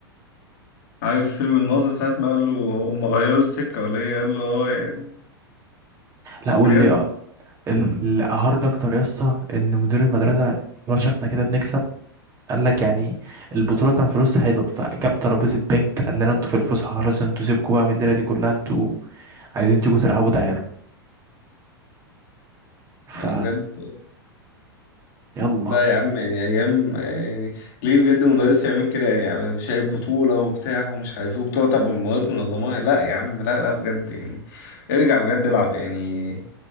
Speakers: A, on the left; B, on the right.
A: عارف فيلم الناظر ساعة ما قال له هم غيروا السكة ولا ايه قال له اه يعني
B: لا
A: بجد
B: قول لي آه، اللي قهرني اكتر يا اسطى ان مدير المدرسه هو شافنا كده بنكسب قال لك يعني البطوله كان فلوسها حلو فجاب ترابيزه بنك قال لنا انتوا في الفسحه خلاص انتوا سيبكوا بقى من الليله دي كلها انتوا عايزين تيجوا تلعبوا تعالوا ف
A: بجد
B: يلا
A: لا يا عم يعني ايام يعني ليه بجد مدرس يعمل كده يعني, يعني شايف بطولة وبتاع ومش عارف ايه وبطولة طب من مواد منظمة لا يا عم لا لا بجد يعني ارجع بجد العب يعني